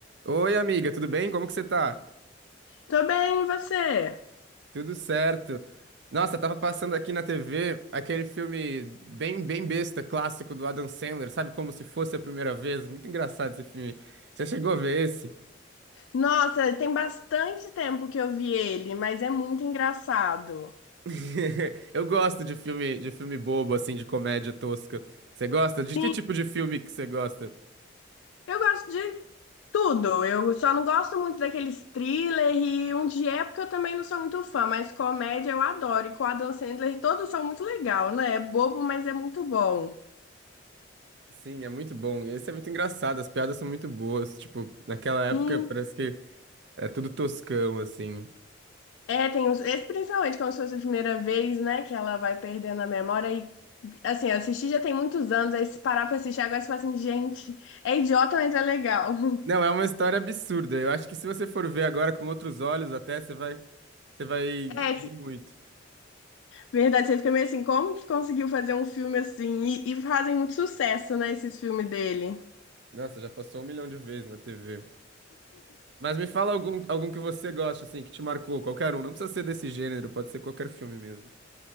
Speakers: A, on the right (about 60°); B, on the left (about 85°).
A: Oi, amiga, tudo bem? Como que você tá?
B: Tô bem, e você?
A: Tudo certo. Nossa, tava passando aqui na TV aquele filme bem, bem besta, clássico do Adam Sandler, sabe? Como se fosse a primeira vez. Muito engraçado esse filme. Você chegou a ver esse?
B: Nossa, tem bastante tempo que eu vi ele, mas é muito engraçado.
A: <laughs> Eu gosto de filme, de filme bobo, assim, de comédia tosca. Você gosta? De
B: Sim,
A: que tipo de filme que você gosta?
B: eu gosto de tudo. Eu só não gosto muito daqueles thriller e um de época eu também não sou muito fã, mas comédia eu adoro. E com o Adam Sandler todos são muito legal, né? É bobo, mas é muito bom.
A: Sim, é muito bom. Esse é muito engraçado, as piadas são muito boas. Tipo, naquela época
B: Sim.
A: parece que é tudo toscão, assim.
B: É, tem uns, esse principalmente como se fosse a primeira vez, né, que ela vai perdendo a memória e assim, eu assisti já tem muitos anos, aí se parar pra assistir agora você fala assim, gente, é idiota, mas é legal.
A: Não,
B: <laughs>
A: é uma história absurda. Eu acho que se você for ver agora com outros olhos, até você vai, você vai rir
B: É,
A: muito.
B: verdade, você fica meio assim, como que conseguiu fazer um filme assim? E, e fazem muito sucesso, né, esses filmes dele.
A: Nossa, já passou um milhão de vezes na TV. Mas me fala algum, algum que você gosta, assim, que te marcou, qualquer um. Não precisa ser desse gênero, pode ser qualquer filme mesmo.